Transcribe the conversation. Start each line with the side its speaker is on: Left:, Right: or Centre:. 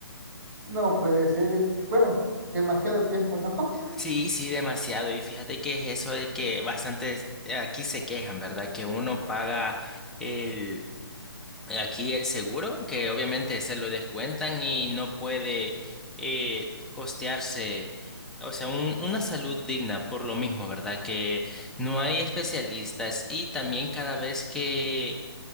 Right: No puede ser, es, bueno, demasiado tiempo, ¿no? <laughs>
Centre: Sí, sí, demasiado. Y fíjate que es eso de que bastantes aquí se quejan, ¿verdad? Que uno paga el... eh, Aquí el seguro, que obviamente se lo descuentan y no puede eh, costearse, o sea, un- una salud digna por lo mismo, ¿verdad? Que no hay especialistas y también cada vez que,